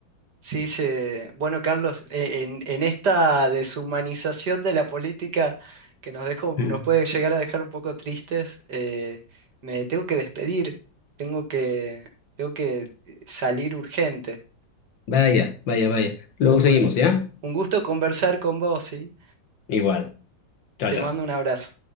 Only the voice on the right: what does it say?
sí se- Bueno, Carlos, e- en, en esta deshumanización de la política que nos dejó, nos
puede llegar a dejar un poco tristes, eh, me tengo que despedir, tengo que, tengo que eh, salir urgente.
Bueno,
un gusto conversar con vos, ¿sí?
Te
mando un abrazo.